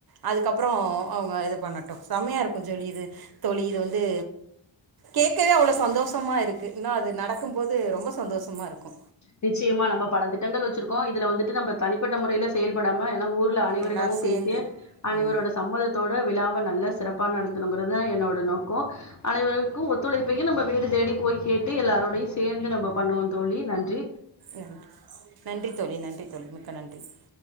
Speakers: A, on the right; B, on the left.
A: அதுக்கப்பறோ அவுங்க இது பண்ணட்டு செமையா இருக்கு தோழி இது தோழி இது வந்து கேக்கவே அவ்வளவு சந்தோஷமா இருக்கு இன்னு அது நடக்கும் போது ரொம்ப சந்தோஷமா இருக்கு
B: நிச்சயமா நம்ப பல திட்டங்கள் வச்சிருக்கோ இதுல வந்துட்டு நம்ப தனிப்பட்ட முறையில செயல்படாம ஏன்னா ஊர் உள்ள அனைவரிடமு
A: எல்லோரும் சேர்ந்து
B: பேசி அனைவரோட
A: ம்
B: சம்மதத் தோட விழாவ நல்லா சிறப்பா நடத்தணுங்கிறதுதா என்னோட நோக்கோ அனைவருக்கு ஒத்துழைப்பையு நம்ப வீடு தேடி போய் கேட்டு எல்லாரோடையு சேந்து நம்ம பண்ணுவோ தோழி நன்றி
A: நன்றி நன்றி தோழி நன்றி தோழி மிக்க நன்றி